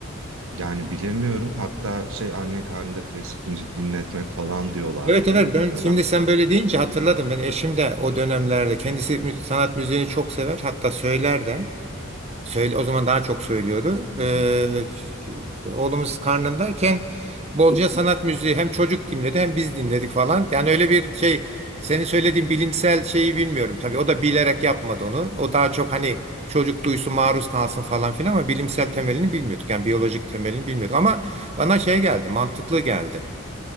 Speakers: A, on the right; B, on the right.
A: yani bilemiyorum. Hatta şey anne karnında klasik müzik dinletmek falan diyorlardı
B: Evet evet
A: bir
B: ben
A: dönem.
B: şimdi sen böyle deyince hatırladım. Ben eşim de o dönemlerde kendisi mü- sanat müziğini çok sever hatta söyler de. Söyle, o zaman daha çok söylüyordu.
A: Hı
B: Ee,
A: hı.
B: şey, işte oğlumuz karnındayken bolca sanat müziği hem çocuk dinledi hem biz dinledik falan. Yani öyle bir şey senin söylediğin bilimsel şeyi bilmiyorum. Tabii o da bilerek yapmadı onu. O daha çok hani çocuk duysun maruz kalsın falan filan ama bilimsel temelini
A: Hı hı.
B: bilmiyorduk. Yani biyolojik temelini bilmiyorduk ama bana şey geldi mantıklı geldi.